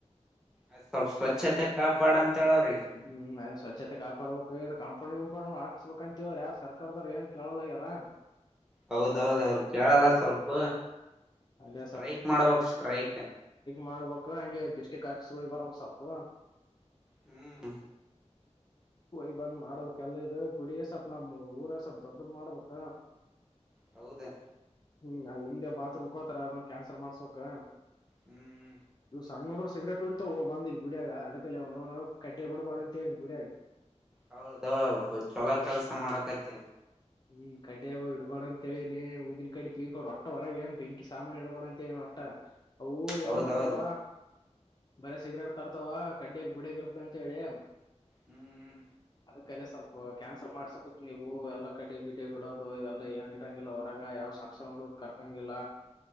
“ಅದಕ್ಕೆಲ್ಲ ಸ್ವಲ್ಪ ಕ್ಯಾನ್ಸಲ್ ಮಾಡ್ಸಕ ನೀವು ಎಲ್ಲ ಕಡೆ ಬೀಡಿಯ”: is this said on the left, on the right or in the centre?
Left